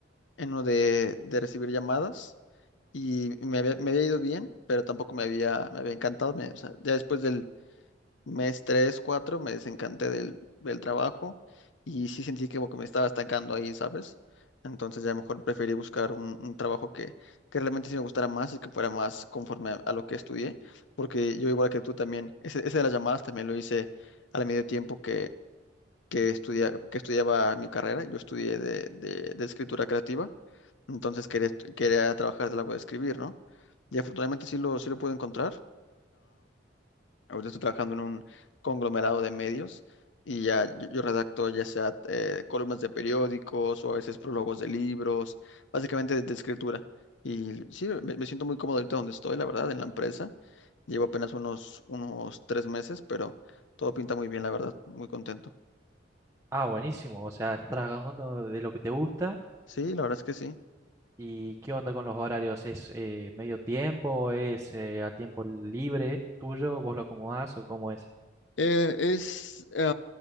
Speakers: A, on the left; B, on the right.
A: en uno de, de recibir llamadas y me había, me había ido bien, pero tampoco me había, me había encantado. Me- o sea, ya después del, mes 3 4 me desencanté del, del trabajo y sí sentí que como que me estaba estancando ahí, ¿sabes? Entonces ya mejor preferí buscar un, un trabajo que, que realmente sí me gustara más y que fuera más conforme a, a lo que estudié, porque yo igual que tú también, ese, ese de las llamadas también lo hice al medio tiempo que, que, estudia- que estudiaba mi carrera, yo estudié de, de- de escritura creativa, entonces quería, estu- quería trabajar de algo de escribir, ¿no? Y afortunadamente sí lo, sí lo pude encontrar. Ahorita estoy trabajando en un conglomerado de medios y ya yo, yo redacto ya sea eh, columnas de periódicos o a veces prólogos de libros, básicamente de, de escritura. Y sí, me, me siento muy cómodo ahorita donde estoy, la verdad, en la empresa. Llevo apenas unos, unos tres meses, pero todo pinta muy bien, la verdad, muy contento.
B: Ah, buenísimo, o sea, estás trabajando de lo que te gusta.
A: Sí, la verdad es que sí.
B: ¿Y qué onda con los horarios? ¿Es eh, medio tiempo? ¿Es eh, a tiempo libre tuyo? ¿Vos lo acomodás o cómo es?
A: Eh, es em,